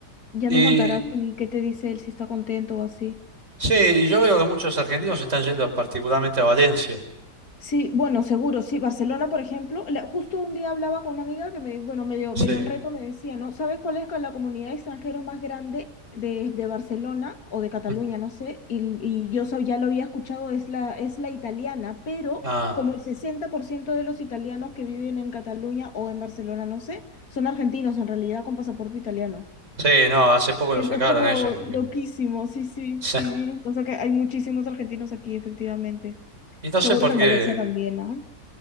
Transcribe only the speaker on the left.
Ya
me contarás si- qué te dice él, si está contento o así.
Sí, bueno, seguro, sí. Barcelona, por ejemplo, la- justo un día hablaba con una amiga que me, bueno, medio,
medio en reto me decía, ¿no? ¿Sabes cuál es la comunidad de extranjeros más grande de, de Barcelona o de Cataluña?
No sé. Y, y yo sab- ya lo había escuchado, es la, es la italiana, pero
como el 60% de los italianos que viven en Cataluña o en Barcelona, no sé, son argentinos en realidad con pasaporte italiano.
Es,
es como
loquísimo, sí, sí,
sí, bien. O sea que hay muchísimos argentinos aquí, efectivamente.
Seguro
que en
Valencia también, ¿ah?